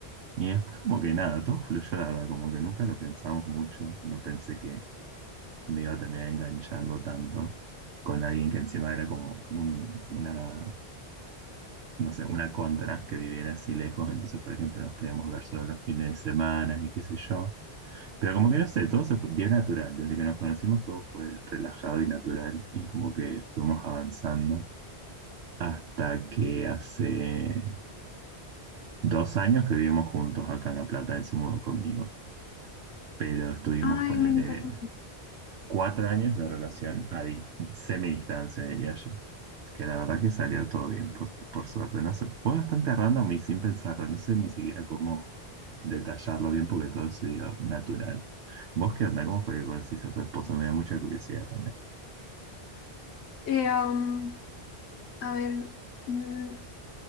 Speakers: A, on the right; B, on the left.
A: y después como que nada, todo fluyó, la verdad, como que nunca lo pensamos mucho, no pensé que me iba a terminar enganchando tanto con alguien que encima era como un, una no sé, una contra que viviera así lejos, entonces, por ejemplo, nos podíamos ver solo los fines de semana y qué sé yo. Pero como que no sé, todo se fue, dio natural, desde que nos conocimos todo fue relajado y natural y como que fuimos avanzando hasta que hace dos años que vivimos juntos acá en La Plata, él se mudó conmigo, pero estuvimos,
B: Ay,
A: ponerle
B: me encanta.
A: cuatro años de relación a di- semidistancia, diría yo. Que la verdad que salió todo bien, por, por suerte. No sé, fue bastante random y sin pensarlo. No sé ni siquiera cómo detallarlo bien porque todo se dio natural. ¿Vos qué onda? ¿Cómo fue que conociste a tu esposo? Me da mucha curiosidad también.
B: Eh, um, a ver, mm,